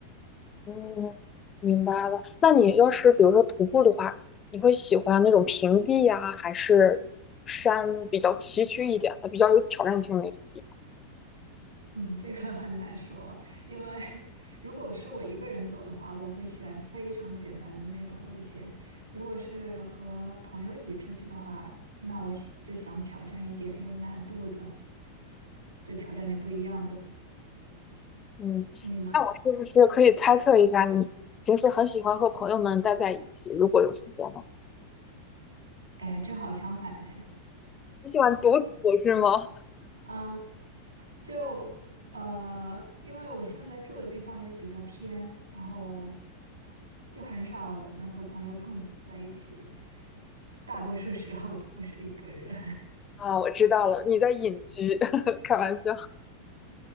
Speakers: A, on the left; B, on the right.
A: 嗯，明白了。那你要是比如说徒步的话，你会喜欢那种平地呀，还是山比较崎岖一点的，比较有挑战性的那种地方？
B: 嗯，这个很难说，因为 <laughs> 如果是我一个人走的话，我会选非常简单的那种路线；如果是和朋友一起出去的话，那我喜就想挑战一点有难度的，就挑战点不一样的。
A: 嗯，
B: 你呢？
A: 那我是不是可以猜测一下，你平时很喜欢和朋友们待在一起，如果有时间呢？
B: 哎，正好相反呢。
A: 你喜欢独处是吗？
B: 嗯，就呃，因为我现在住的地方也比较偏，然后就很少能和朋友碰在一起，大多数时候都是一个人。
A: 啊，我知道了，你在隐居，<laughs> 开玩笑。